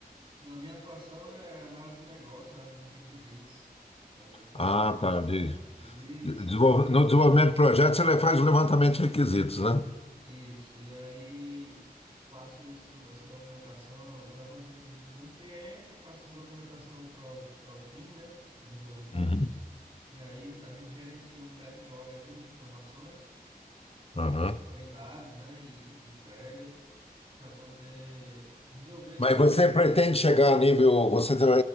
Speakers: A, on the right; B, on the left.
A: Na minha atuação é análise de negócio, análise de requisitos, né, eu faço
B: Ah, tá. de-
A: requisitos,
B: desenvol- no desenvolvimento de projetos ele faz o levantamento de requisitos, né?
A: Isso, e aí passo isso, essa documentação, levanto o requisito com o cliente, passo essa documentação para o para o time, né, desenvolvedor,
B: Uhum.
A: e aí a gente gerencia um backlog ali de informações,
B: Aham.
A: qualidades, né, e de entrega, para poder resolver
B: Mas
A: esses...
B: você pretende chegar a nível, você tem,